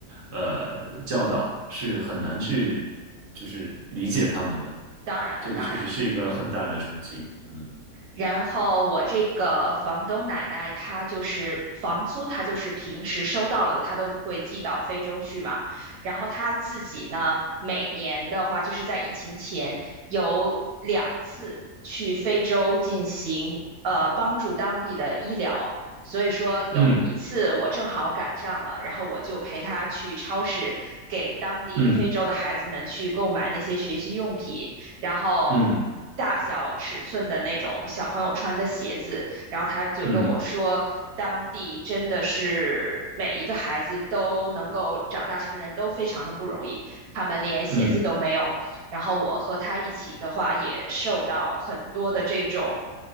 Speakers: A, on the right; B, on the right.
A: 呃教导，是很难去就是理解他们的。
B: 当然了，
A: 这个确实是一个很大的冲击。
B: 当然了。
A: 嗯
B: 然后我这个房东奶奶，她就是房租，她就是平时收到了的，她都会寄到非洲去嘛。然后她自己呢，每年的话，就是在疫情前有两次去非洲进行呃帮助当地的医疗。所以说有一次我正好赶上了，
A: 嗯
B: 然后我就陪她去超市给当地非洲的孩子们去购买那些学习用品。
A: 嗯
B: 然后
A: 嗯
B: 大小尺寸的那种小朋友穿的鞋子，然后他就跟我说，
A: 嗯
B: 当地真的是每一个孩子都能够长大成人都非常的不容易，他们连鞋子都没有。
A: 嗯
B: 然后我和他一起的话，也受到很多的这种。